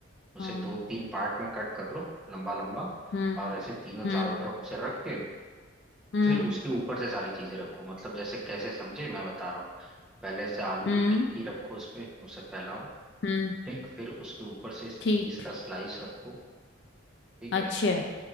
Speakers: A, in the centre; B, on the left (about 55°).
A: उसे
B: हाँ
A: दो तीन पार्ट में कट कर लो लंबा लंबा
B: हम्म
A: और ऐसे तीनों
B: हम्म
A: चारों तरफ से रख के
B: हम्म
A: फिर उसके ऊपर से सारी चीजें रखो मतलब जैसे कैसे समझे मैं बता रहा हूँ पहले से आलू
B: हम्म
A: की टिक्की रखो उस पे उसे फैलाओ
B: हम्म
A: ठीक फिर उसके ऊपर से इस
B: ठीक
A: चीज का स्लाइस रखो ठीक है
B: अच्छा